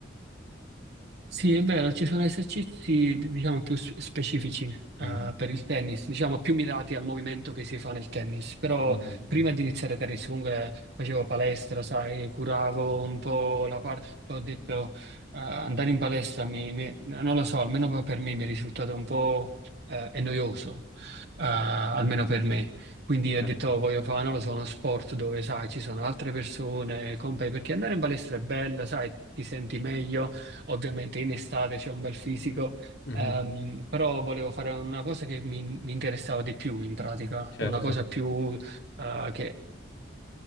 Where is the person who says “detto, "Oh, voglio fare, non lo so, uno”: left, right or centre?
Right